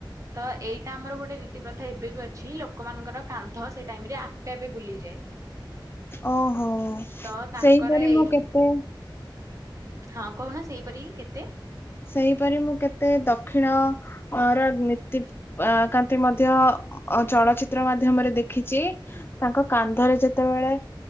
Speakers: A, on the right; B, on the left.
A: ତ ଏଇଟା ଆମର ଗୋଟେ ରୀତି ପ୍ରଥା ଏବେ ବି ଅଛି। ଲୋକମାନଙ୍କର, କାନ୍ଧ ସେଇ ଟାଇମ ରେ ଆପେ ଆପେ ବୁଲିଯାଏ।
B: ଓହୋ।
A: ତ ତାଙ୍କର
B: ସେହିପରି
A: ଏଇ
B: ମୁଁ କେତେ
A: ହଁ, କହୁନ ସେଇପରିିକି କେତେ
B: ସେହିପରି ମୁଁ କେତେ, ଦକ୍ଷିଣ ର ନୀତି ଅ କାନ୍ତି ମଧ୍ୟ, ଚଳଚିତ୍ର ମାଧ୍ୟମରେ ଦେଖିଚି। ତାଙ୍କ କାନ୍ଧରେ ଯେତେବେଳେ